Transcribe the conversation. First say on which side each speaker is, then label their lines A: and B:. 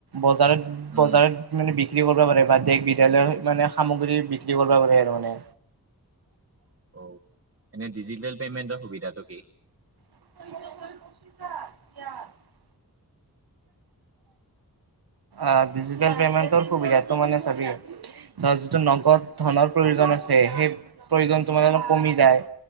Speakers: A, on the right; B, on the right.
A: বজাৰত
B: উম,
A: বজাৰত, মানে বিক্ৰী কৰিব পাৰে বা দেশ বিদ্যয়ালয়ৰ মানে সামগ্ৰী বিক্ৰী কৰিব পাৰে আৰু মানে,
B: অ এনে ডিজিটেল পেমেণ্টৰ সুবিধাটো কি?
A: <unintelligible>
B: <inaudible>
A: অ ডিজিটেল পেমেণ্টৰ সুবিধাতো মানে চাবি, ধ যিটো নগদ ধনৰ প্ৰয়োজন আছে সেই প্ৰয়োজন তোমাৰ অলপ কমি যায়।